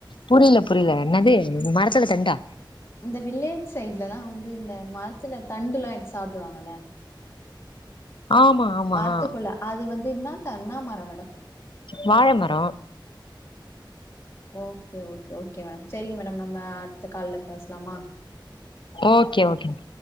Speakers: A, on the left; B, on the left.
A: புரியல புரியல என்னது மரத்துல தண்டா
B: இந்த வில்லேஜ் சைட்லல்லா வந்து இந்த மரத்துல தண்டெல்லா எடுத்து சாப்டுவாங்கல்ல
A: ஆமா ஆமா
B: மர்த்துக்குள்ள
A: ஆ
B: அது வந்து என்ன தன்னா மர மேடம்
A: வாழ மரோ
B: ஓகே ஓகே ஓகே மேடம் செரிங்க மேடம் நம்ம அடுத்த கால்ல பேஸ்லாமா
A: ஓகே ஓகேங்